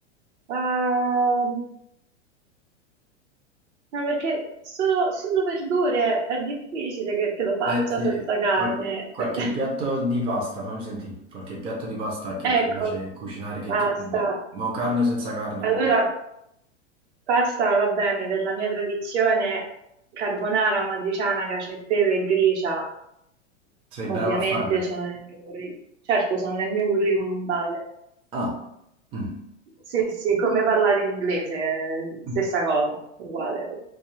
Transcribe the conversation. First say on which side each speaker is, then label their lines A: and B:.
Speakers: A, on the right; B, on the right.
A: ehm, ma perché solo, solo verdure è difficile che, che lo faccia
B: eh, sì,
A: senza carne.
B: qual- qualche
A: per- <laughs>
B: piatto di pasta, fammi sentire, qualche piatto di pasta che
A: Ecco,
B: ti piace cucinare, che
A: basta.
B: ti va bene. Ma carne o senza carne,
A: Allora,
B: qua.
A: pasta va bene per la mia tradizione carbonara, matriciana, cacio e pepe e gricia.
B: Sei
A: Ovviamente
B: brava a farle.
A: sono nel mio curriculum, certo sono nel mio curriculum base,
B: Ah, mm.
A: sì, sì, come parlare in inglese, stessa
B: Mm.
A: cosa, uguale,